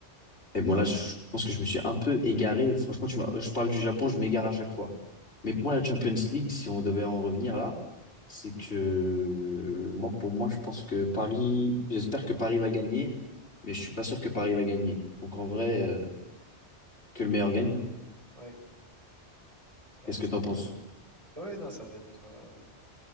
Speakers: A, on the left (about 65°); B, on the right (about 30°).
A: Et bon, là, je pense que je me suis un peu égaré. Franchement, tu m'as- je parle du Japon, je m'égare à chaque fois. Mais pour la Champions League, si on devait en revenir là, c'est que euh, moi, pour moi, je pense que Paris, j'espère que Paris va gagner, mais je suis pas sûr que Paris va gagner. Donc en vrai, euh, que le meilleur gagne. hein.
B: Ouais, ouais,
A: Qu'est-ce
B: ça
A: que t'en
B: va être.
A: penses?
B: euh, Ouais, ouais, non, ça va être. euh,